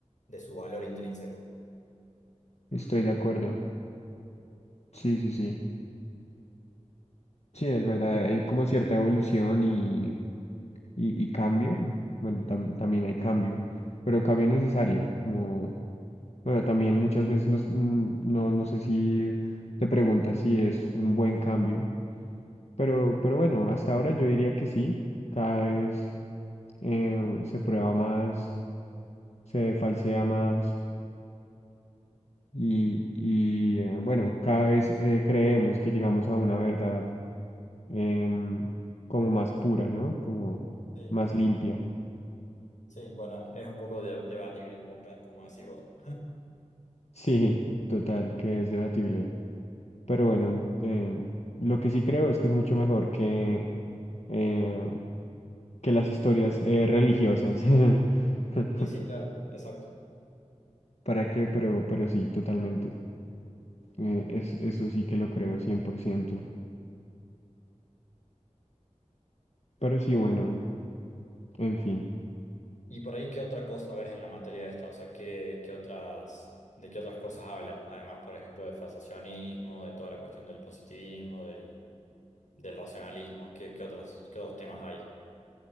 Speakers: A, on the left; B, on the left.
A: de su valor intrínseco.
B: Estoy de acuerdo. Sí, sí, sí. Sí, es verdad. Hay como cierta evolución y, y, y cambio. Bueno, tam- también hay cambio, pero cambio necesario. Como, bueno, también muchas veces nos- mm, no, no sé si te preguntas si es un buen cambio, pero, pero bueno, hasta ahora yo diría que sí. Cada vez eh, se prueba más, se falsea más y, y, eh, bueno, cada vez eh, creemos que llegamos a una verdad em, como más pura, ¿no? Como
A: Sí,
B: más limpia. <laughs>
A: sí, bueno, es un poco de- debatible, como, pe- como decís vos.
B: Sí, total, que es debatible. Pero bueno, em, lo que sí creo es que es mucho mejor que, eh, que las historias eh, religiosas. <laughs>
A: Sí, sí, claro, exacto.
B: ¿Para qué? Pero, pero sí, totalmente. Eh, es, eso sí que lo creo, cien por ciento Pero sí, bueno. En fin.
A: Y por ahí, ¿qué otra cosa ves en la materia de esta? O sea, ¿qué, qué otras, de qué otras cosas hablan? Además, por ejemplo, del fasciacionismo, de toda la cuestión del positivismo, del, del racionalismo, ¿qué, qué otras, qué otros temas hay?